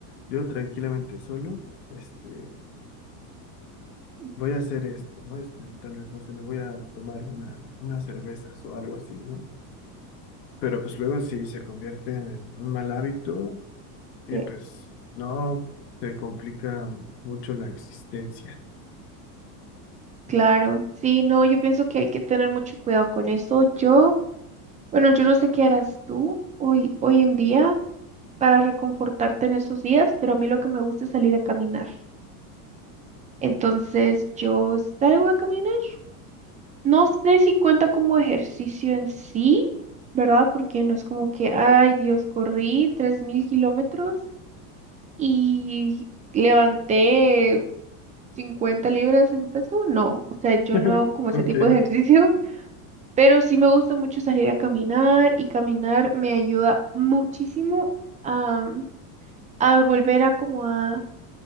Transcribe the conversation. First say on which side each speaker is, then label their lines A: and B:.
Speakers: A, on the left (about 90°); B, on the right (about 15°).
A: yo tranquilamente solo, este,
B: Mm.
A: voy a hacer esto, ¿no? Este, tal vez, no sé, me voy a tomar una, unas cervezas o algo así, ¿no? Pero pues luego sí se convierten en un mal hábito y
B: Eh,
A: pues no se complica mucho la existencia.
B: claro, sí, no, yo pienso que hay que tener mucho cuidado con eso. Yo, bueno, yo no sé qué harás tú hoy, hoy en día para reconfortarte en esos días, pero a mí lo que me gusta es salir a caminar. Entonces, yo salgo a caminar. No sé si cuenta como ejercicio en sí, ¿verdad? Porque no es como que, ay, Dios, corrí 3.000 kilómetros y levanté 50 libras en peso. No, o sea, yo
A: <laughs>
B: no hago como ese
A: Ok,
B: tipo de ejercicio. Pero sí me gusta mucho salir a caminar y caminar me ayuda muchísimo a, mm, a volver a como a